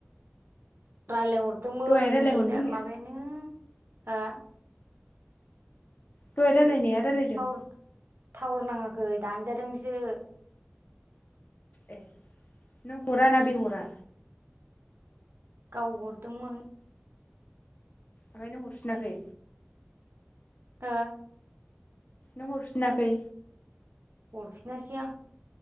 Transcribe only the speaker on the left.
दहाय रायलायहरनो
होननाया
दहाय रायलायनाया रायलायदों।
ए नों हरा ना बे हरा
ओमफाय नों हरफिनाखै
नों हरफिनाखै